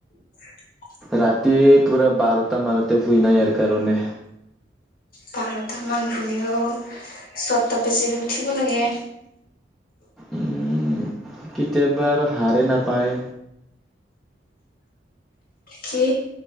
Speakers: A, on the left; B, in the centre.
A: <unintelligible>
B: ৰাতি পুৰা বাৰটা মানতে, শুই নাই ইয়াৰ কাৰণে।
A: বাৰটামান শুলেও। ছটা বাজিৰ উঠিব লাগে।
B: উম, কেতিয়াবা আৰু হাৰেই নাপায়।
A: কি?